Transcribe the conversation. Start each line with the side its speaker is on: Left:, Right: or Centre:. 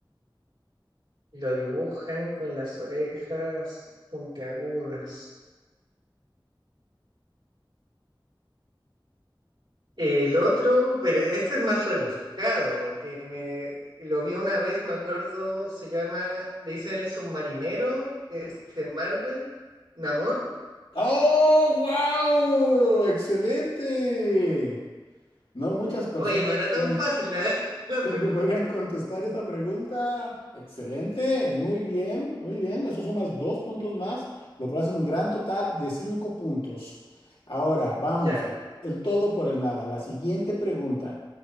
Right: Lo dibujan con las orejas puntiagudas. El otro, pero este es más rebuscado, que me lo vi una vez, me acuerdo, se llama, le dicen el submarinero, este Marvel, Namor.
Left: ¡Oh, wow! ¡Excelente! No muchas personas
Right: Oye, no era
Left: podrían,
Right: tan fácil la, <laughs> la
Left: con-
Right: pregunta.
Left: podrían contestar esta pregunta. Excelente, muy bien, muy bien. Eso sumas dos puntos más, lo cual hace un gran total de cinco puntos. Ahora, vamos,
Right: Ya,
Left: el todo por el nada. La siguiente pregunta.